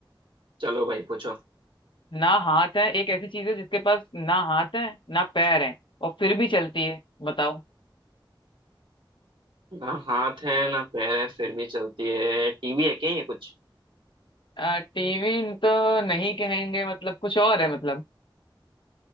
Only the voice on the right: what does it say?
चलो भाई पूछो
ना हाथ है ना पैर है फिर भी चलती है टीवी है क्या ये कुछ